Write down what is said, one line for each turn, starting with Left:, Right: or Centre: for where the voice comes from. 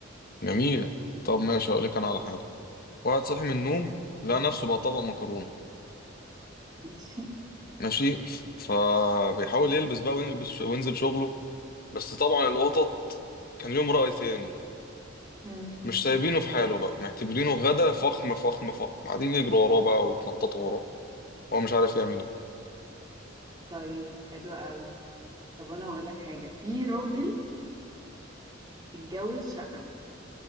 Left: جميل طب ماشي هقول لك انا على حاجه واحد صاحي من النوم لقى نفسه بقى طبق مكرونه
Right: ماشي
Left: ماشي فبيحاول يلبس بقى ويلبس وينزل شغله بس طبعا القطط كان ليهم رأي تاني
Right: مم.
Left: مش سايبينه في حاله بقى معتبرينه غدا فخم فخم فخم قاعدين يجروا وراه بقى ويتنططوا وراه هو مش عارف يعمل ايه
Right: طيب حلو قوي طب انا هقول لك حاجة في راجل اتجوز شقة